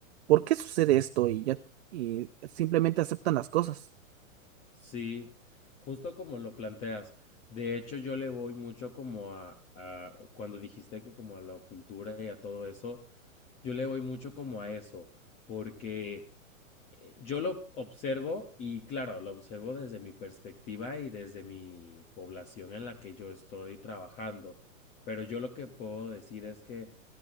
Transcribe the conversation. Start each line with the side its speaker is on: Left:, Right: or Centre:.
Right: por qué sucede esto y ya y simplemente aceptan las cosas.
Left: Sí, justo como lo planteas. De hecho, yo le voy mucho como a, a- cuando dijiste que como a la cultura y a todo eso, yo le voy mucho como a eso, porque eh, yo lo observo y claro, lo observo desde mi perspectiva y desde mi población en la que yo estoy trabajando, pero yo lo que puedo decir es que